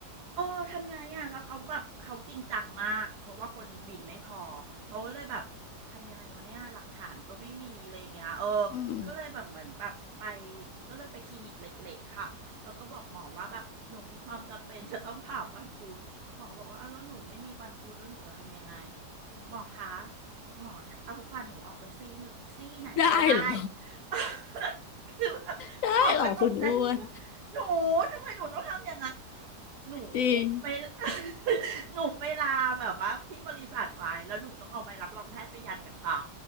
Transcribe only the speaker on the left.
อืม
ได้เหรอ
ได้เหรอคุณอ้วน
จริง